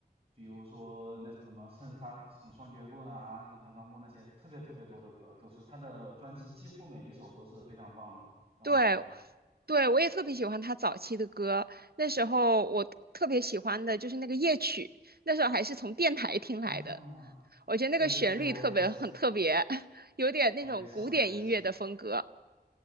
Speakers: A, on the right; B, on the right.
A: 比如说那首什么，甚至他什么双截棍啊、滚烫钢木那些，特别特别多的歌，都是他的专辑几乎每一首都是非常棒的，让我感觉
B: 对，对，我也特别喜欢他早期的歌。那时候我特别喜欢的就是那个夜曲，那时候还是从电台听来的。
A: 啊，
B: 我觉得那个旋律特别很特别，
A: 对对对，我也是，
B: <laughs> 有点那种古典音乐的风格。
A: 我也是，我也是。